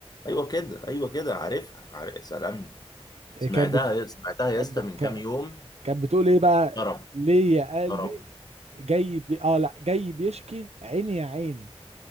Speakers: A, on the left; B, on the right.
A: ايوه كده ايوه كده عارفها عارف سلام سمعتها
B: آه، كانت بت...
A: يا- سمعتها يا
B: كانت
A: اسطى
B: ب-
A: من
B: كا-
A: كام يوم
B: كانت بتقول ايه بقى
A: طرب
B: ليه يا قلبي
A: طرب
B: جاي بي... اه لا جاي بيشكي عيني يا عين